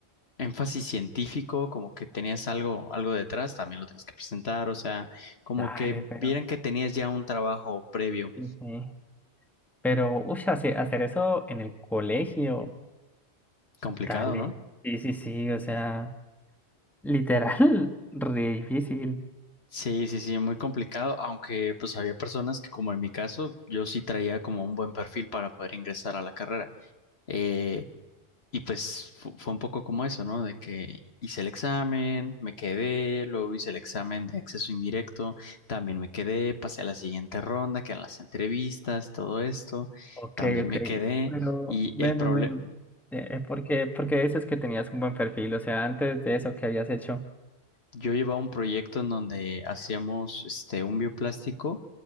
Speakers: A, on the left (about 65°); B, in the centre.
A: énfasis científico, como que tenías algo, algo detrás, también lo tienes que presentar, o sea, como
B: Dale,
A: que
B: pero.
A: vieran que tenías ya un trabajo previo.
B: sí, sí. Pero, uy, hacer eso en el colegio.
A: Complicado,
B: Dale.
A: ¿no?
B: Sí, sí, sí, o sea, literal, <laughs> re difícil.
A: Sí, sí, sí, muy complicado, aunque pues había personas que como en mi caso, yo sí traía como un buen perfil para poder ingresar a la carrera. Eh, y pues fu- fue un poco como eso, ¿no? De que hice el examen, me quedé, luego hice el examen de acceso indirecto, también me quedé, pasé a la siguiente ronda, que eran las entrevistas, todo esto,
B: Ok,
A: también
B: ok.
A: me quedé
B: Pero,
A: y
B: ven,
A: el problema...
B: ven, ven. Eh, eh, ¿por qué, por qué dices que tenías un buen perfil? O sea, antes de eso, ¿qué habías hecho?
A: Yo llevaba un proyecto en donde hacíamos este, un bioplástico